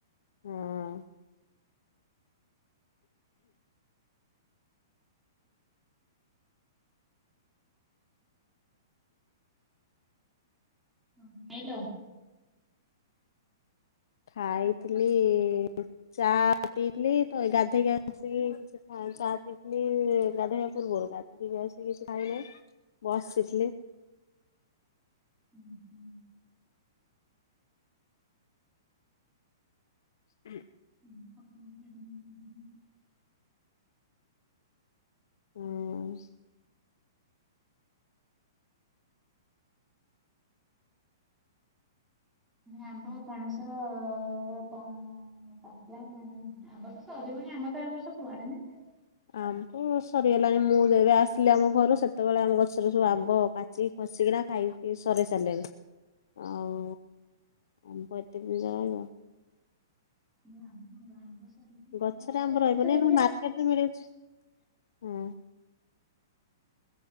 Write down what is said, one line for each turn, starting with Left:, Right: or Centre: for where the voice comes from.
Left: ହଁ।
Centre: ହୁଁ ହୁଁ ନେଇଲ।
Left: ଖାଇଥିଲି ଚା ପିଇଥିଲି ତ ଗାଧେଇକି ଆସିକି କିଛି ଖାଇ ଚା ପିଇଥିଲି ଗାଧେଇବା ପୂର୍ବରୁ ଗାଧେଇକି ଆସିକି କିଛି ଖାଇନାହିଁ ବସିଥିଲି।
Centre: ହୁଁ ହୁଁ।
Left: ହୁଁ।
Centre: <unintelligible>
Left: ହଁ।
Centre: ଆମ୍ବ ପଣସ କଣ ପାଚିଲାଣି ନା ନାଇ ଆମ୍ବ ତ ସରିିବଣି ଆମ୍ବ ତ ଏ ବର୍ଷ କୁଆଡେ ନାହିଁ ଆଉ।
Left: ଆମ୍ବ ସରିଗଲାଣି ମୁଁ ଯେବେ ଆସିଲି ଆମ ଘରୁ ସେତେବେଳେ ଆମ ଗଛରେ ସବୁ ଆମ୍ବ ପାଚିକି ଖସିକିନା ଖାଇକି ସରେଇ ସାରିଲେଣି ଆଉ ଆମ୍ବ ଏତେ ଦିନ ରହିବ।
Centre: ନା ମ ଆମ୍ବ ସରିବଣି
Left: ଗଛରେ
Centre: ଆମ୍ବ ତାପରେ
Left: ଆମ୍ୱ
Centre: ଏ
Left: ରହିବନି
Centre: ବର୍ଷ ବେଶୀ
Left: ଆମ
Centre: ଆସିନି।
Left: ମାର୍କେଟରେ ମିଳୁଛି ହଁ।